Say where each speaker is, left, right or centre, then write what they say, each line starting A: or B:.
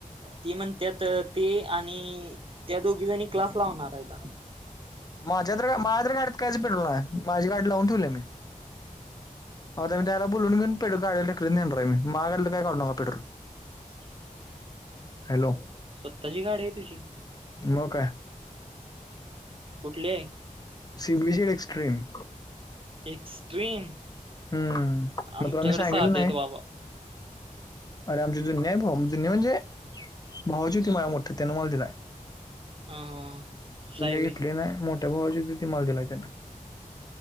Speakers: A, on the right; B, on the left.
A: ते म्हण त्यात ते आणि त्या दोघी जणी क्लास लावनार आता.
B: माझ्यात्र माझ्या तर्र गाड्यात कायच पेट्रोल आहे माझी गाडी लावून ठेवलं मी. आता मी त्याला बोलून घे पे गा्यालाक नेणार रा म मागालं काय काढ न पेट्रोल
A: ह
B: हॅलो
A: स्वतःची गाडी आहे तुझी.
B: मग
A: कुठले आहे.
B: सीबी सी एक्स्ट्रीम
A: एक्स्ट्रीम
B: हम्म
A: आमच्याकडे
B: मग तुला मी सांगितलं
A: साधे बाबा.
B: अरेमचे जुन् आहे भा जुन््या म्हणजे भाऊची होती माझ मोठठी त्यान मला दिलाय.
A: ह हा. साहेबी
B: स घेतले नाही मोठ्या भावाची होती ती मला दिलाय येन.